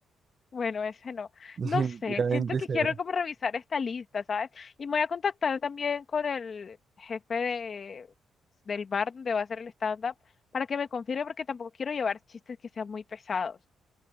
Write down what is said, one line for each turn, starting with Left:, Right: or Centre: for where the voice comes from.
Left: Bueno, ese no.
Right: <laughs> Definitivamente
Left: No sé, siento
Right: ese
Left: que quiero
Right: no.
Left: como revisar esta lista, ¿sabes? Y me voy a contactar también con el jefe de, del bar donde va a hacer el stand-up para que me confirme porque tampoco quiero llevar chistes que sean muy pesados.